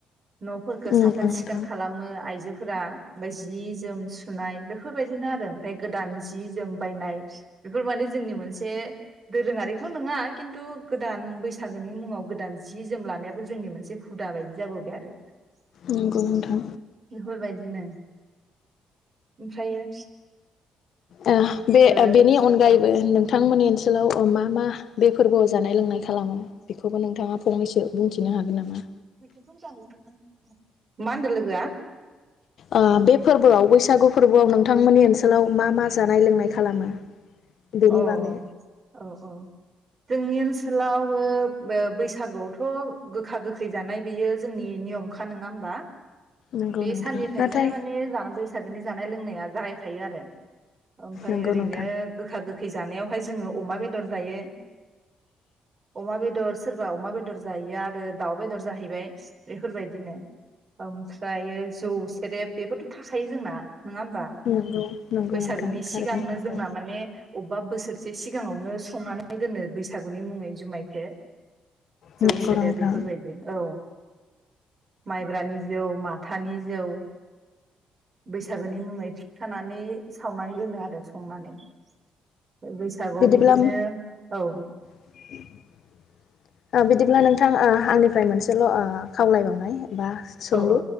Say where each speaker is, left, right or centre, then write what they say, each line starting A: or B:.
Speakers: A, on the right (about 45°); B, on the left (about 65°).
A: न'फोरखौ
B: नंगौ
A: साखोन
B: नोंथां
A: सिखोन खालामो आइजो फोरा ओमफाय जि जोम नाय बेफोरबायदिनो आरो ओमफाय गोदान जि जोम बायनाय बेफोर माने जोंनि मोनसे दोरोङारिथ' नङा किन्तु गोदान बैसागोनि मुङाव गोदान जि जोम लानायाबो जोंनि मोनसे हुदा बायदि जाबोबाय आरो
B: नंगौ नोंथां।
A: बेफोरबायदिनो ओमफ्रायो
B: ओ बे
A: ओ
B: बेनि अनगायैबो
A: औ
B: नोंथांमोननि ओनसोलाव मा मा बे फोरबोआव जानाय लोंनाय खालामो बेखौबो नोंथाङा फंनैसो बुंथिनो हागोन नामा?
A: <unintelligible> मा होनदो लोगोआ?
B: ओ बे फोरबोआव बैसागु फोरबोआव नोंथांमोननि ओनसोलाव मा मा जानाय लोंनाय खालामो? बेनि
A: औ
B: बागै
A: औ औ। जोंनि ओनसोलाव ओ बो बैसागोआवथ' गोखा गोखै जानाय बेयो जोंनि नियमखा नोङा होमबा।
B: नंगौ
A: बे
B: नोंथां
A: साननिफ्रायनो
B: नाथाय
A: माने जानानै बैसागोनि जा जानाय लोंनाया जागायखायो आरो ओमफाय
B: नंगौ
A: ओरैनो
B: नोंथां
A: गोखा गोख गोखै जानायावहाय जोङो अमा बेदर जायो अमा बेदर सोरबा अमा बेदर जायिआ आरो दाउ बेदर जाहैबाय बेफोरबायदिनो ओमफ्रायो जौ सेरेब बेफोरथ' थाखायो जोंना नङा होमबा
B: नंगौ नंगौ
A: बैसागोनि
B: नोंथां थारैनो
A: सिगांनो
B: नंगौ
A: जोंना माने बोसोरसे सिगाङावनो संनानै दोनो बैसागुनि मुङै जुमायखो जौ
B: नंगौ
A: सेदे
B: नोंथां
A: बेफोरबायदि औ माइब्रानि जौ माथानि जौ बैसागोनि मुङै थि खाना नानै सावनानै दोनो आरो संनानै बैसागआव
B: बिदिब्ला
A: बिदिनो औ
B: <unintelligible> ओ बिदिब्ला नोंथां ओ आंनिफ्राय मोनसेल' ओ खावलायबावनाय बा सोंलु
A: औ